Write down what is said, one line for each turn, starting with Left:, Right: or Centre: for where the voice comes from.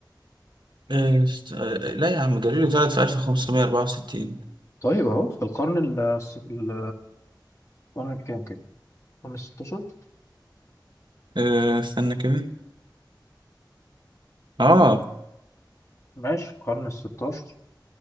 Right: إيه، است... آه، آه، لا يا عم جاليليو اتولد في 1564
Left: طيب اهو في القرن ال ال- القرن الكام كده القرن الستاشر
Right: أه استنى كده اه
Left: ماشي القرن الستاشر